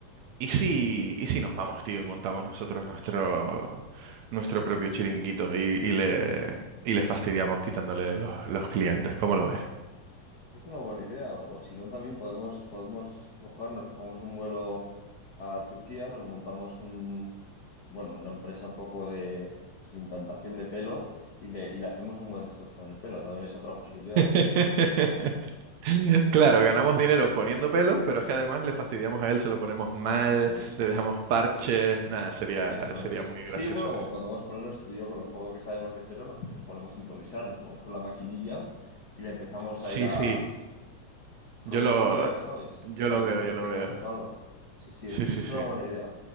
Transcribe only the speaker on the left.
es una buena idea, o, o si no, también podemos, podemos cogernos, cogemos un vuelo a Turquía, nos montamos un bueno, una empresa un poco de, pues, de implantación de pelo y le, y le hacemos un buen destrozón en el pelo, también es otra posibilidad.
Es-
eso es,
eso
es.
Sí,
bueno, como
podemos ponernos tú y yo con lo poco que sabemos de pelo, nos, nos ponemos a improvisar, nos ponemos con la maquinilla y le empezamos
ahí a,
con
un
alfiler, ¿sabes?
Para
que
parezca
que hemos hecho algo. Sí, sí,
es, es
una buena idea.